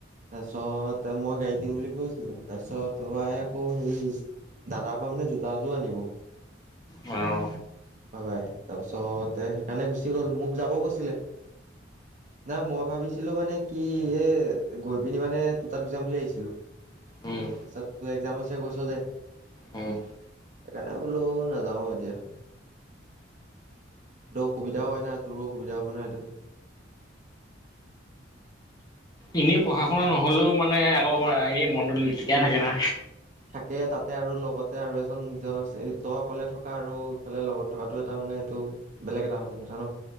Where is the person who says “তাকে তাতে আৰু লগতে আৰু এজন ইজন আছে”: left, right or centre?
Right